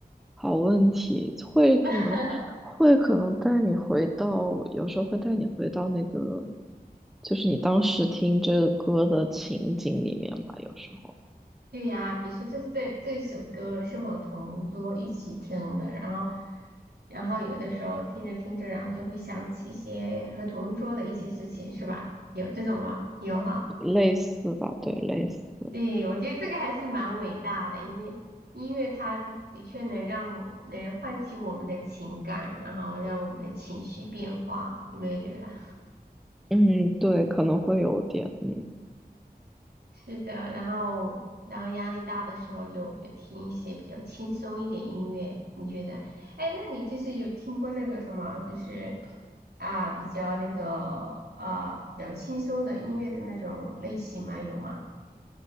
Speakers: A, in the centre; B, on the right.
A: 好问题，会可能会可能带你回到，
B: <laughs>
A: 有时候会带你回到那个，就是你当时听这个歌的情景里面吧，有时候
B: 对呀，比如说这这这首歌是我同桌一起听的，然后然后有的时候听着听着，然后就会想起一些和同桌的一些事情，是吧？有这种吗？有哈。
A: 类似吧，对，类似，
B: 对，我觉得这个还是蛮伟大的，因为音乐它的确能让我能唤起我们的情感，然后让我们的情绪变化，有没有觉得？
A: 嗯，对，可能会有点，嗯
B: 是的，然后然后压力大的时候就就听一些比较轻松一点音乐，你觉得？哎，那你就是有听过那个什么，就是啊比较那个啊比较轻松的音乐的那种类型吗？有吗？